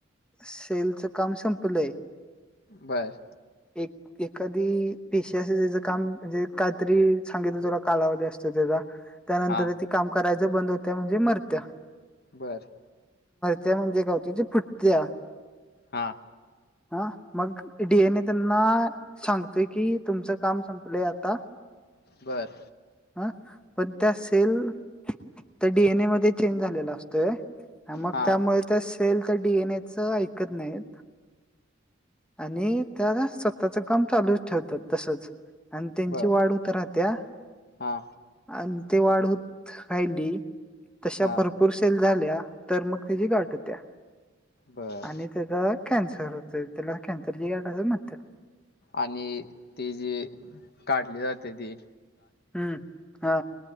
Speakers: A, in the centre; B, on the left.
A: सेलच काम संपलंय.
B: बरं.
A: एक एखादी पेशी अस त्याचं काम म्हणजे काहीतरी सांगितल तुला कालावध असतो त्याचा त्यानंतर
B: हा
A: ती काम करायचं बंद होत्याया म्हणजे मरत्या
B: बरं.
A: त्या म्हणजे काय होत ती फुटतीया
B: हा.
A: हा मग डीएनए त्यांना सांगतोय की तुमचं काम संपलंय आता
B: बरं.
A: ह पण त्या सेल अस. डीएनए मध्ये चेंज झालेला असतोय मग
B: हा
A: त्यामुळे त्या सेल त्या डीएनए च ऐकत नाहीत. आणि त्या स्वतःच काम चालूच ठेवतात तसच. आणि त्यांची
B: बर
A: वाढ होत राहतेया
B: हा
A: आन. वाढ होत राहिली तशा
B: हा
A: भरपूर सेल झाल्या तर मग त्याची गाठ होतीया,
B: बर
A: अन त्याचा कॅन्स सर त्याला कॅन्सरची गाठ अस म्हणत्यात.
B: आणि ती जी काढली जाते ती
A: हम्म हा